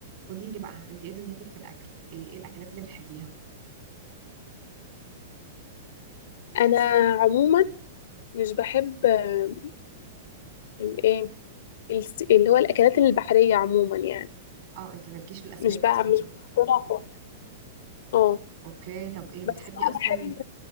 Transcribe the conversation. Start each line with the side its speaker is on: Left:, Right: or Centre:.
Right: قولي لي بقى انت ايه دنيتك في الاكل ايه إيه الاكلات اللي بتحبيها
Left: انا عموما مش بحب آه، الايه الس- اللي هو الاكلات البحريه عموما يعني
Right: اه انت مالكيش في الاسماك
Left: مش بقى
Right: اصلا
Left: مش <laughs> بفضلها خالص. اه
Right: اوكي طب ايه بتحبي
Left: بس بقى
Right: اصلا
Left: بحب